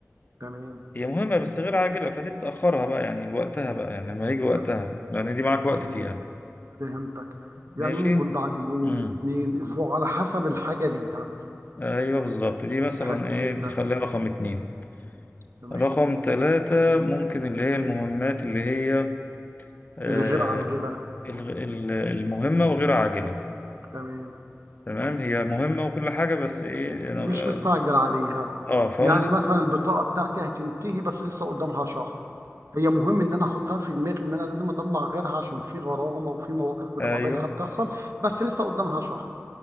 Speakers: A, on the right; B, on the left.
A: تمام
B: هي مهمة بس غير عاجلة فدي بتأخرها بقى يعني لوقتها بقى يعني لما يجي وقتها
A: تمام
B: يعني دي معاك وقت
A: تمام
B: فيها
A: فهمتك
B: ماشي
A: يعني ممكن بعد يوم
B: امم
A: اتنين اسبوع على حسب الحاجه ليها
B: ايوه بالظبط دي مثلا
A: حلو
B: ايه
A: جدا
B: دي خليها رقم اتنين
A: تمام
B: رقم تلاتة ممكن اللي هي المهمات اللي هي آه،
A: الغير عاجله
B: الغ- ال- المهمة وغير عاجلة
A: تمام
B: تمام هي مهمة وكل حاجة بس ايه أنا-
A: مش مستعجل عليها
B: اه فاند
A: يعني مثلا البطاقه بتاعتي هتنتهي بس لسه قدامها شهر هي مهم ان انا احطها في دماغي ان انا لازم اطلع غيرها عشان في غرامه وفي مواقف
B: ايوه
A: بتبقى بايخه بتحصل بس لسه قدامها شهر